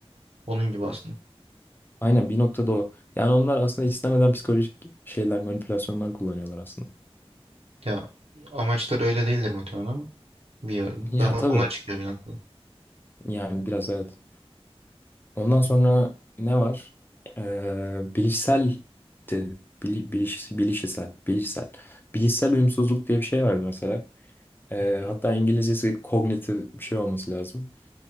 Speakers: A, on the right; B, on the left.
A: Onun gibi aslında.
B: Aynen bir noktada o. Yani onlar aslında istemeden psikolojik şeyler, manipülasyonlar kullanıyorlar aslında.
A: Ya amaçları öyle değildir muhtemelen ama bir
B: Ya
A: ama
B: tabii.
A: ona çıkıyor bir noktada.
B: Yani biraz evet. Ondan sonra ne var? Ee, bilişsel de, bili- biliş, bilişsel, bilişsel. Bilişsel uyumsuzluk diye bir şey vardı mesela. Ee,
A: Hı hı.
B: hatta İngilizcesi kognitif bir şey olması lazım.